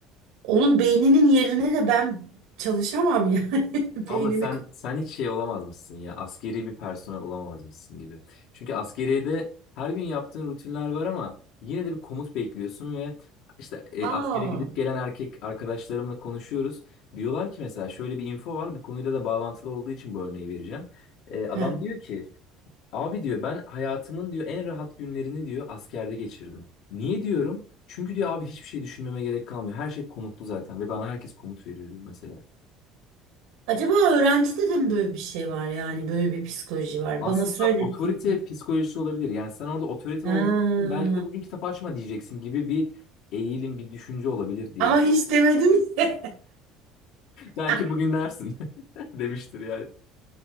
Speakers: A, on the right; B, on the left.
A: onun beyninin yerine de ben çalışamam yani
B: Abla
A: <laughs> beynini.
B: sen
A: ku-
B: sen hiç şey olamazmışsın ya. Askeri bir personel olamazmışsın gibi. Çünkü askeriyede her gün yaptığın rutinler var ama yine de bir komut bekliyorsun ve işte e,
A: Aa,
B: askere gidip gelen erkek arkadaşlarımla konuşuyoruz. Diyorlar ki mesela şöyle bir info var. Bu konuyla da bağlantılı olduğu için bu örneği vereceğim. E, adam
A: he.
B: diyor ki abi diyor ben hayatımın diyor en rahat günlerini diyor askerde geçirdim. Niye diyorum? Çünkü diyor abi hiçbir şey düşünmeme gerek kalmıyor. Her şey komutlu zaten ve bana herkes komut veriyor diyor mesela.
A: Acaba öğrencide de mi böyle bir şey var yani böyle bir psikoloji var?
B: Aslında
A: Bana söylesin.
B: otorite psikolojisi olabilir. Yani sen orada otorite
A: Ha.
B: olduğun için belki de bugün kitap açma diyeceksin gibi bir eğilim, bir düşünce olabilir diye.
A: Ama
B: <laughs>
A: hiç demedim ki.
B: Belki
A: <laughs>
B: bugün dersin <laughs> demiştir yani.